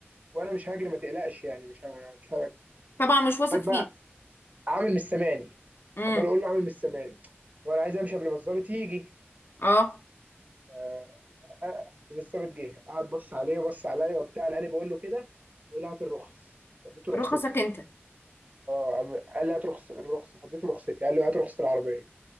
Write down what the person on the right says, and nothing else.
وانا مش هاجري ما تقلقش يعني مش ه... مش هاجري
الواد
بقى عامل مش سامعني
عمال اقول له عامل مش سامعني وانا عايز امشي قبل ما الظابط يجي
آه، بالظبط جه قعد بص عليه وبص عليا وبتاع لاني بقول له كده بيقول لي هات الرخص فاديته رخصتي
اه قام- قال لي هات رخص الرخصه فاديته رخصتي قال لي هات رخصه العربيه